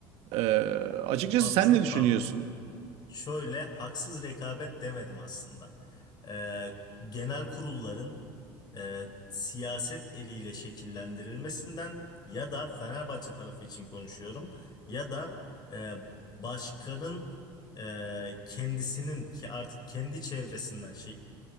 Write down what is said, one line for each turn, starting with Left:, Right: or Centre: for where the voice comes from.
Right: Ee, açıkçası
Left: Abi
Right: sen
Left: çok
Right: ne düşünüyorsun?
Left: pardon. Şöyle haksız rekabet demedim aslında. E, genel kurulların e, siyaset eliyle şekillendirilmesinden ya da Fenerbahçe tarafı için konuşuyorum ya da e, başkanın e, kendisinin ki artık kendi çevresinden şey